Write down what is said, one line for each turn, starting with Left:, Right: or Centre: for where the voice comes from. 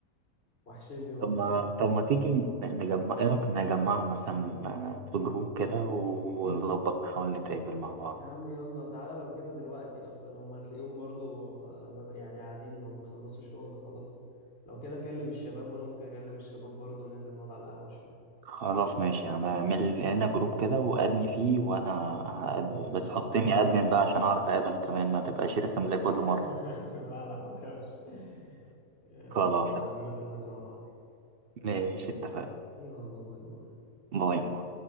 Left: وحشني والله
Right: طب ما طب ما تيجي نجمع ايه رأيك نجمعه مثلا آه، في جروب كده ونظبط نحاول نتقابل مع بعض
Left: يا عم يلا تعالى لو كده دلوقتي اصلا هم هتلاقيهم برضو آه، ما- يعني قاعدين هم خلصوا شغل خلاص لو كده اكلم الشباب وانا ممكن اكلم الشباب برضو ننزل نقعد على القهوه شويه
Right: خلاص ماشي يعني اعمل لنا جروب كده وأدني فيه وأنا هأد-
Left: خلاص ماشي
Right: بس حطني أدمن بقى عشان أعرف أقعد أنا كمان ما تبقاش
Left: آه.
Right: رخم زي كل
Left: <laughs>
Right: مرة
Left: لا لا ما تخافش ماشي،
Right: خلاص
Left: هعمله دلوقتي وابعتلك ماشي.
Right: ماشي اتفقنا
Left: يلا باي باي
Right: باي باي